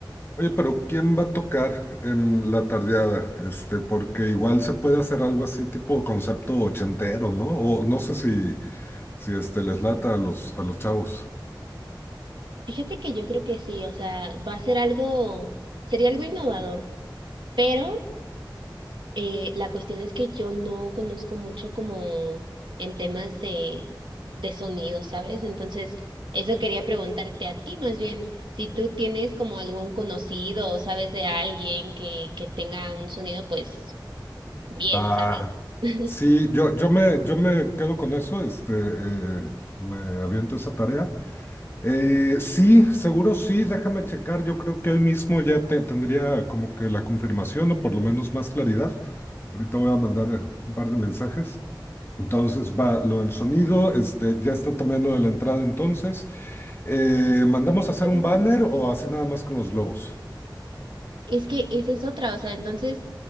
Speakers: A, on the left (about 30°); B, on the right (about 80°).
A: Oye, pero ¿quién va a tocar en la tardeada? Este, porque igual se puede hacer algo así tipo concepto ochentero, ¿no? O no sé si, si este les lata a los, a los chavos.
B: Fíjate que yo creo que sí, o sea, va a ser algo, sería algo innovador, pero Eh, la cuestión es que yo no conozco mucho como en temas de, de sonido, ¿sabes? Entonces, eso quería preguntarte a ti más bien, si tú tienes como algún conocido o sabes de alguien que, que tenga un sonido, pues bien,
A: Va.
B: ¿sabes? <laughs>
A: Sí, yo, yo me, yo me quedo con eso, este, eh, me aviento esa tarea. Eh, sí, seguro sí, déjame checar. Yo creo que hoy mismo ya te- tendría como que la confirmación o por lo menos más claridad. Ahorita voy a mandar eh, un par de mensajes. Entonces va lo del sonido, este, ya está también lo de la entrada entonces. Eh, ¿mandamos a hacer
B: Bueno,
A: un banner o así nada más con los globos?
B: Es que esa es otra, o sea, entonces,